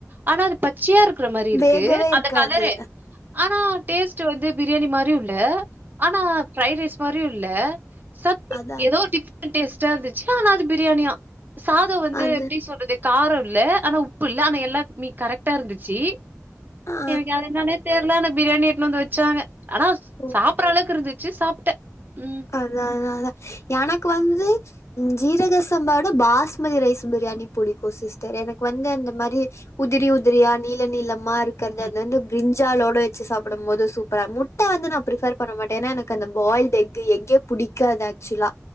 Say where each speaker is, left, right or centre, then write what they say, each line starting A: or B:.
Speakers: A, on the right; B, on the left.
A: ஆனா அது பச்சையா இருக்ற மாரி இருக்கு
B: வேகவே இருக்காது
A: அந்தக் கலரு ஆனா டேஸ்ட்டு வந்து பிரியாணி மாரியு இல்ல ஆனா ஃபிரைட் ரைஸ் மாரியு இல்ல சத்திங்
B: அதா
A: எதோ
B: அது
A: ஒரு டிஃப்ரண்ட் டேஸ்ட்டா இருந்துச்சு ஆனா அது பிரியாணியா சாதோ வந்து
B: அது
A: எப்டி சொல்றது காரோ இல்ல ஆனா உப்பு இல்ல ஆனா எல்லாத்மி கரெக்டா இருந்துச்சி
B: ஆ
A: எனக்கு அது என்னானேத் தெர்ல ஆனா பிரியாணி எட்னு வந்து வச்சாங்க ஆனா
B: ஓ
A: சாப்பற அளவுக்கு இருந்துச்சு சாப்ட்ட ம்
B: அதா அதா அதா எனக்கு வந்து ஜீரக சம்பாவட பாஸ்மதி ரைஸ் பிரியாணி புடிக்கு சிஸ்டர் எனக்கு வந்து அந்த மாரி உதிரி உதிரியா நீள நீளமா இருக்கர்றது
A: ம்.
B: அதுல வந்து பிரிஞ்சாலோட வெச் ச்சு சாப்டம்போது சூப்பரா முட்ட வந்து நா பிரிஃபர் பண்ண மாட்டே எனா எனக்கு அந்த பாயில்டு எஃக் கு எஃகே புடிக்காது ஆக்சுலா